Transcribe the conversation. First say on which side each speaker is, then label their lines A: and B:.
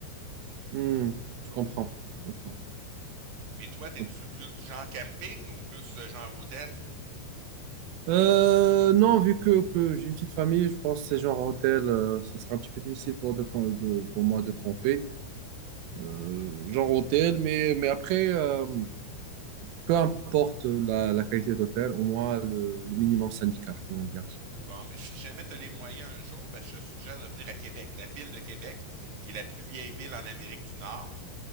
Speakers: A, on the right; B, on the right.
A: Hmm, je comprends, je comprends,
B: Mais toi,
A: je
B: t'es-tu
A: comprends.
B: plus du genre camping ou plus euh, genre hôtel?
A: Euh, non, vu que, que j'ai une petite famille, je pense que ces genres hôtels, euh, ça sera un petit peu difficile pour, de, de- pour moi de camper. euh, genre hôtel, mais, mais après, euh, peu importe la, la qualité d'hôtel, au moins le, le minimum syndical, comment dire.
B: Bon, mais si jamais tu as les moyens un jour, ben, je te suggère de venir à Québec, la ville de Québec, qui est la plus vieille ville en Amérique du Nord,